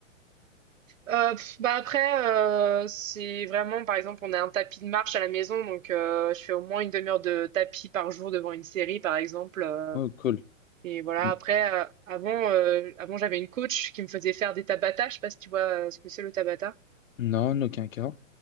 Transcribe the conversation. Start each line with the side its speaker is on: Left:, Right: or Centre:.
Right: Euh, pff, bah après, euh, c'est vraiment, par exemple, on a un tapis de marche à la maison, donc euh, je fais au moins une demi-heure de tapis par jour devant une série, par exemple. euh,
Left: Oh, cool.
Right: et voilà,
Left: N-
Right: après, euh, avant, euh, avant j'avais une coach qui me faisait faire des tabata. Je sais pas si tu vois euh, ce que c'est le tabata.
Left: Non, en aucun cas.